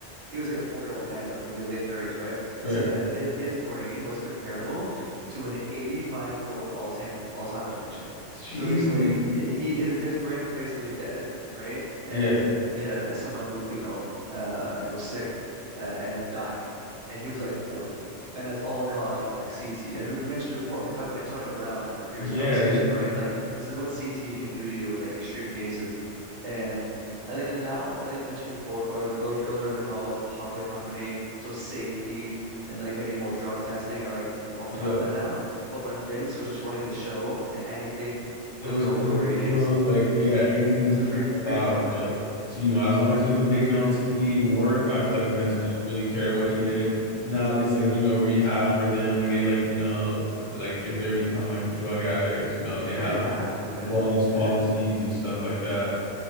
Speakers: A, on the right; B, on the left.
A: he was like a 40-year-old man or maybe late 30s, right? It
B: Right.
A: said that his, his brain was comparable to an 85-year-old Alzheimer's patient.
B: She.
A: So basically, he his his brain was basically dead, right? Uh,
B: Yeah,
A: his uh, as someone who, you know, uh, was sick uh, and dying, and he was like 40. And that's all caused from like CTE. As we mentioned before, we talked about Antonio Brown in the previous
B: yeah,
A: conversation,
B: yeah,
A: right? Like this is what CTE can do to you in like extreme cases. And I think now that you mentioned before, or, or like earlier in the call, it's public company, so safety and like maybe more drug testing are like more
B: yeah.
A: prevalent now. But when Vince was just running the show and anything
B: It
A: would
B: was
A: go
B: any,
A: for ratings,
B: it was like, yeah, anything
A: it's a free
B: allowed
A: free for all,
B: for
A: man.
B: like, so, you know, as long as you can make it on
A: Yeah,
B: TV and work, I feel like
A: yeah,
B: Vince didn't really care what you did. Now there's like, you know, rehab for them when they like, you know, like if they become like drug addicts, you know, they have
A: yeah. You
B: like
A: have to, man.
B: wellness
A: Yeah,
B: policies and stuff like that.